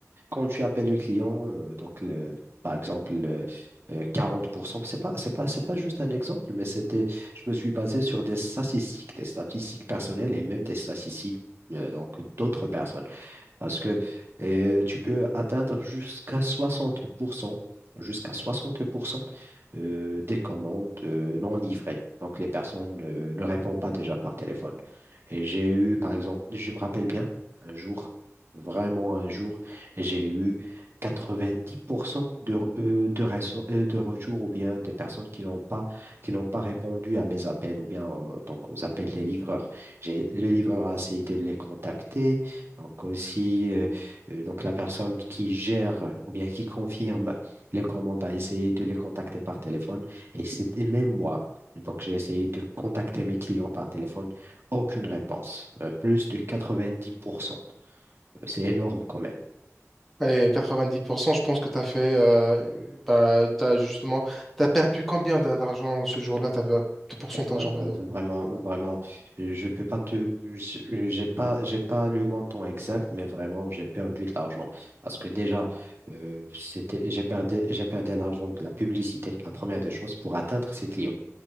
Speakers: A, on the right; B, in the centre.
A: Quand tu appelles le client, euh, donc le- par exemple le- euh, 40%, c'est pas, c'est pas, c'est pas juste un exemple, mais c'était, je me suis basé sur des statistiques, des statistiques personnelles et même des statistiques euh, donc d'autres personnes. Parce que euh, tu peux atteindre jusqu'à 60%, jusqu'à 60% euh, des commandes euh, non livrées. Donc, les personnes euh, ne répondent pas déjà par téléphone. Et j'ai eu, par exemple, je me rappelle bien, un jour, vraiment un jour, j'ai eu 90% de, euh, de, reço- euh, de retours ou bien des personnes qui n'ont pas, qui n'ont pas répondu à mes appels ou bien euh, donc aux appels des livreurs. J'ai, le livreur a essayé de les contacter. Donc aussi, euh, euh, donc la personne qui gère ou bien qui confirme les commandes a essayé de les contacter par téléphone. Et c'était même moi. Donc j'ai essayé de contacter mes clients par téléphone. Aucune réponse. Euh, plus de 90%. Euh, C'est énorme quand même.
B: Et 90%, je pense que tu as fait, euh, bah, t'as justement, tu as perdu combien d'a- d'argent ce jour-là, t'avais, de pourcentage,
A: Euh,
B: on va dire.
A: vraiment, vraiment, je peux pas te, j- j'ai pas, j'ai pas le montant exact, mais vraiment, j'ai perdu de l'argent parce que déjà, euh, c'était, j'ai perdu, j'ai perdu l'argent de la publicité, la première des choses, pour atteindre ses clients.